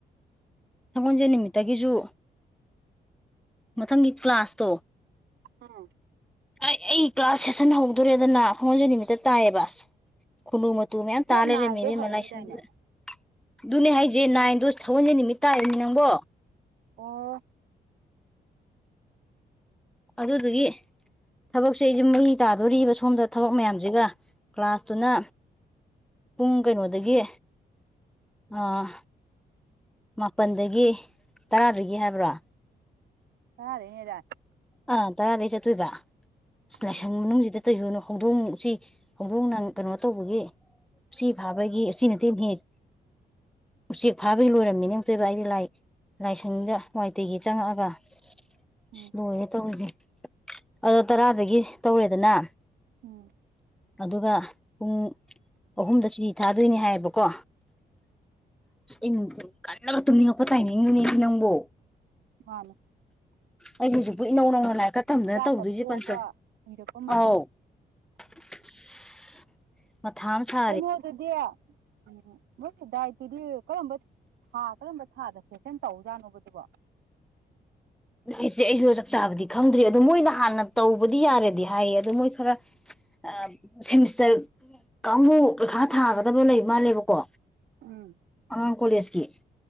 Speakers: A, in the centre; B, on the right.
A: ꯁꯒꯣꯟꯁꯦ ꯅꯨꯃꯤꯠꯇꯒꯤꯁꯨ ꯃꯊꯪꯒꯤ ꯀ꯭ꯂꯥꯁꯇꯣ
B: ꯎꯝ
A: ꯑꯩ ꯑꯩ ꯀ꯭ꯂꯥꯁ ꯁꯦꯁꯟ ꯍꯧꯗꯣꯔꯦꯗꯅꯥ ꯁꯪꯒꯣꯟꯖꯦꯟ ꯅꯨꯃꯤꯠꯇ ꯇꯥꯏꯌꯦꯕ ꯑꯁ ꯈꯨꯅꯨ ꯃꯇꯨ ꯃꯌꯥꯝ ꯇꯥ
B: ꯗꯦꯠ
A: ꯂꯩꯔꯝꯃꯦ
B: ꯅꯥꯏꯟꯗꯩ
A: ꯢꯕꯦꯝꯃ
B: ꯍꯧꯅꯤꯗꯥꯏꯅꯦ
A: ꯂꯥꯏꯁꯪꯖꯤꯗ ꯑꯗꯨꯅꯦ ꯍꯥꯏꯖꯦ ꯅꯥꯏꯟꯗꯣ ꯁꯒꯣꯟꯖꯦꯟ ꯅꯨꯃꯤꯠ ꯇꯥꯢꯌꯦꯃꯤ ꯅꯪꯕꯣ
B: ꯑꯣ
A: ꯑꯗꯨꯗꯨꯒꯤ ꯊꯕꯛꯁꯦ ꯑꯩꯖꯦ ꯃꯩ ꯇꯥꯗꯣꯔꯤꯕ ꯁꯣꯝꯗ ꯊꯕꯛ ꯃꯌꯥꯝꯖꯤꯒ ꯀ꯭ꯂꯥꯁꯇꯨꯅ ꯄꯨꯡ ꯀꯩꯅꯣꯗꯒꯤ ꯑꯥ ꯃꯥꯄꯟꯗꯒꯤ ꯇꯔꯥꯗꯒꯤ ꯍꯥꯏꯕꯔꯣ
B: ꯇꯔꯥ ꯂꯩꯅꯦꯗꯥꯢ
A: ꯑꯥ ꯇꯔꯥꯗꯩ ꯆꯠꯇꯨꯏꯕ ꯏꯁ
B: ꯎꯝ
A: ꯂꯥꯢꯁꯪ ꯃꯅꯨꯡꯖꯤꯗ ꯇꯩꯔꯨꯅꯨ ꯍꯧꯗꯣꯡ ꯎꯆꯤ ꯍꯧꯗꯣꯡꯅ ꯀꯩꯅꯣ ꯇꯧꯕꯒꯤ ꯎꯆꯤ ꯐꯥꯕꯒꯤ ꯎꯆꯤ ꯅꯠꯇꯦꯅꯦꯍꯦ ꯎꯆꯦꯛ ꯐꯥꯕꯩ ꯂꯣꯏꯔꯝꯃꯤꯅꯦ ꯑꯝꯇꯣꯏꯕ ꯑꯩꯗꯤ ꯂꯥꯏ ꯂꯥꯏꯁꯪꯗ ꯋꯥꯢꯇꯩꯒꯦ ꯆꯪꯉꯛꯑꯒ ꯢꯁ
B: ꯎꯝ
A: ꯂꯣꯏꯔꯦ ꯇꯧꯔꯤꯖꯦ ꯑꯗꯣ ꯇꯔꯥꯗꯒꯤ ꯇꯧꯔꯦꯗꯅꯥ
B: ꯎꯝ
A: ꯑꯗꯨꯒ ꯄꯨꯡ ꯑꯍꯨꯝꯗ ꯁꯨꯇꯤ ꯊꯥꯗꯨꯏꯅꯤ ꯍꯥꯏꯌꯦꯕꯀꯣ <unintelligible> ꯀꯟꯅꯒ ꯇꯨꯝꯅꯤꯡꯉꯛꯄ ꯇꯥꯏꯃꯤꯡꯗꯨꯅꯦꯃꯤ ꯅꯪꯕꯣ
B: ꯃꯥꯅꯦ
A: ꯑꯩ ꯍꯧꯖꯤꯛꯄꯨ ꯏꯅꯧ ꯅꯧꯅ ꯂꯥꯏꯔꯤꯛꯀ ꯇꯝꯗꯅ
B: ꯆꯥꯛꯀ
A: ꯇꯧꯗꯨꯏꯖꯦ
B: ꯇꯣꯛꯑꯒ
A: ꯄꯟꯆ
B: ꯎꯏꯔꯛꯄ ꯃꯇꯝ
A: ꯑꯥꯎ <unintelligible> ꯃꯊꯥ ꯑꯃ ꯁꯥ
B: ꯀꯩꯅꯣ ꯑꯗꯨꯗꯤ ꯎꯝ ꯃꯣꯏꯁꯦ ꯗꯥꯏꯠꯇꯨꯗꯤ ꯀꯔꯝꯕ ꯊꯥ ꯀꯔꯝꯕ ꯊꯥꯗ ꯁꯦꯁꯟ ꯇꯧꯖꯥꯠꯅꯣꯕ ꯗꯨꯕꯣ
A: ꯑꯩꯁꯦ ꯑꯩꯗꯣ ꯆꯞ ꯆꯥꯕꯗꯤ ꯈꯪꯗ꯭ꯔꯤ ꯑꯗꯣ ꯃꯣꯏꯅ ꯍꯥꯟꯅ ꯇꯧꯕꯗꯤ ꯌꯥꯔꯦꯗꯤ ꯍꯥꯏꯌꯦ ꯑꯗꯣ ꯃꯣꯏ ꯈꯔ ꯑ ꯁꯦꯃꯤꯁꯇꯔ ꯀꯥꯡꯕꯨ ꯄꯩꯈꯥ ꯊꯥꯒꯗꯕ ꯂꯩꯕ ꯃꯥꯜꯂꯦꯕꯀꯣ
B: ꯎꯝ
A: ꯑꯉꯥꯡ ꯀꯣꯂꯦꯁꯀꯤ